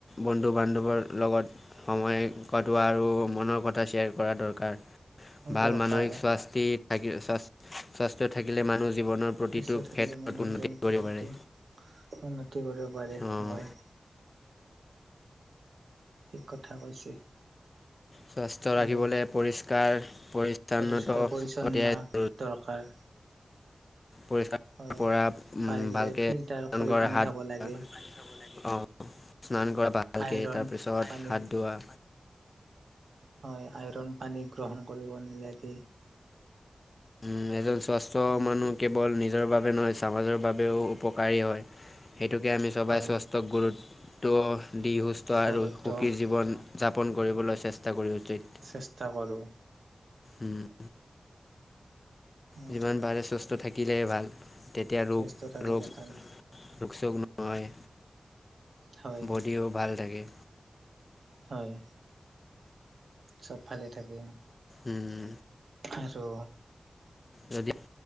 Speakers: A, on the left; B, on the right.
A: বন্ধু বান্ধৱৰ লগত সময় কটোৱা আৰু মনৰ কথা শ্বেয়াৰ কৰা দৰকাৰ ভাল
B: দৰকাৰ
A: মানসিক চাস্তি থ <unintelligible> স্বাস্থ্য থাকিলে মানুহ জীৱনৰ প্ৰতিটো
B: স্বাস্থ্য থাকিলে
A: ক্ষেত্ৰত
B: মানুহৰ
A: উন্নতি
B: জীৱন প্ৰতিটো
A: কৰিব পাৰে
B: উন্নতি কৰিব পাৰে
A: অঁ,
B: হয়। ঠিক কথা কৈছে
A: স্বাস্থ্য ৰাখিবলে
B: আৰু
A: পৰিষ্কাৰ পৰিচ্ছন্নত
B: পৰিষ্কাৰ
A: <unintelligible>
B: পৰিচ্ছন্ন দৰকাৰ
A: পৰিষ্কাৰ
B: হয়
A: পৰা
B: পাৰিলে
A: ভালকে
B: ফিল্টাৰ
A: <unintelligible>
B: কৰি
A: কৰা
B: পানী
A: হাত
B: খাব লাগে
A: <unintelligible> অ স্নান কৰা ভালকে
B: আইৰণ
A: তাৰপিছত
B: পানী
A: হাত ধোৱা
B: হয় আইৰন পানী গ্ৰহণ কৰিব নালাগে
A: উম এজন স্বাস্থ্য
B: তেনেকে
A: মানুহ কেৱল নিজ নিজৰ বাবে নহয় সমাজৰ বাবেও উপকাৰী হয় সেইটোকে আমি সবাই
B: হয়
A: স্বাস্ তক গুৰুত্ব দি সুস্থ
B: ঘৰতো
A: আৰু সুখীৰ জীৱন যাপন কৰিবলৈ চেষ্টা কৰি উচিত
B: চেষ্টা কৰোঁ
A: উম যিমান
B: আৰু
A: পাৰে সুস্থ থাকিলে ভাল। তেতিয়া ৰোগ
B: স্বাস্থ্য থাকিলে
A: ৰোগ-
B: ভাল
A: ৰোগ চোগ নহয়,
B: হয়
A: বডিও ভাল থাকে।
B: হয়। চব ভালে থাকে।
A: উম,
B: আৰু-
A: যদি-